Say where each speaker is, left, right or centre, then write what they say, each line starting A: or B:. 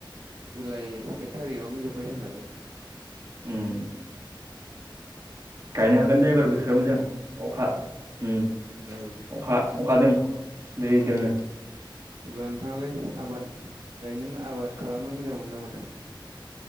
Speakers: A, on the right (about 65°); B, on the right (about 40°).
A: जुलाइ एक थारिखआवनो जोब्बाय जोंनाबो
B: उम गायनो
A: बार'
B: हागोन दे
A: बिगामोन
B: एबार बोथोराव मोजां अखा उ
A: औ
B: अखा-अखा दों दै दोङो
A: अब्ला नोंथाङालाय आबाद गायनो आबाद खालामनो मोजां मोनो ना मोना?